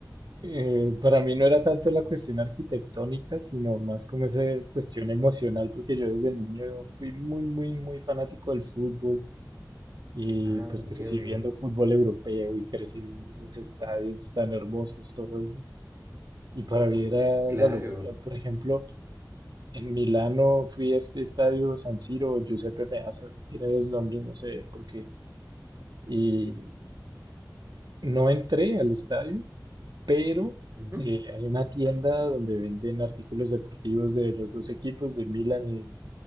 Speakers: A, on the right; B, on the right.
A: Eh, para mí no era tanto la cuestión arquitectónica, sino más como esa cuestión emocional, porque yo desde niño fui muy, muy, muy fanático del fútbol y
B: Ah,
A: pues
B: entiendo.
A: crecí viendo fútbol europeo y crecí viendo esos estadios tan hermosos todos. Y para mí era
B: Claro.
A: la locura. Por ejemplo, en Milano fui a este estadio San Siro, Giuseppe Meazza, tiene dos nombres, no sé por qué. Y no entré al estadio pero
B: Ujú.
A: eh,
B: <laughs>
A: hay una tienda donde venden artículos deportivos de los dos equipos, del Milan y,